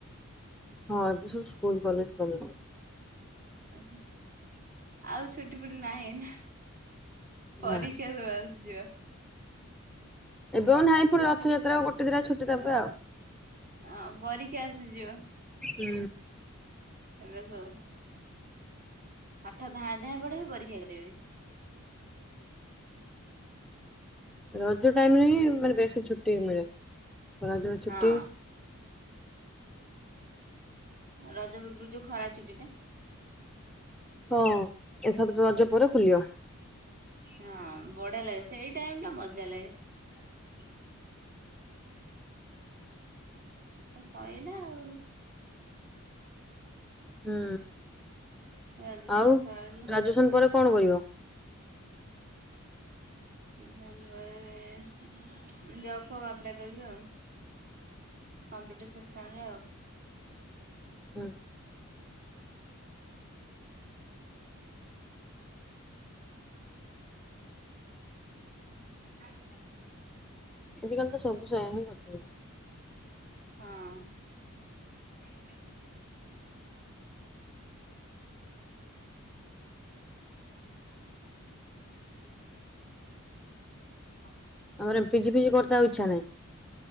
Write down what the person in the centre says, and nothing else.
ପ ସବୁ ସ୍କୁଲ କଲେଜ ଖୋଲ
ନା
ଏବେ ଆ ନାହିଁ ପୁଣି ରଥଯାତ୍ରା ଗୋଟେ ଦିନ ଛୁଟି ଦେବେ ଆଉ।
ହୁଁ।
ରଜ ଟାଇମରେ ହିଁ ମାନେ ବେଶୀ ଛୁଟି ମିଳେ ଖରାଦିନ
ଛୁଟି
ହଁ ଏଥର ରଜ ପରେ ଖୋଲିବ।
ହୁଁ।
ଆଉ ଗ୍ରାଜୁଏସନ
ପରେ କଣ କରିବ?
ହୁଁ।
ଆଜି କାଲି ତ ସବୁ ସେୟା ହିଁ କରିଛନ୍ତି।
ମ ପିଜି ଫିଜି କରି ଇଚ୍ଛା ନାହିଁ।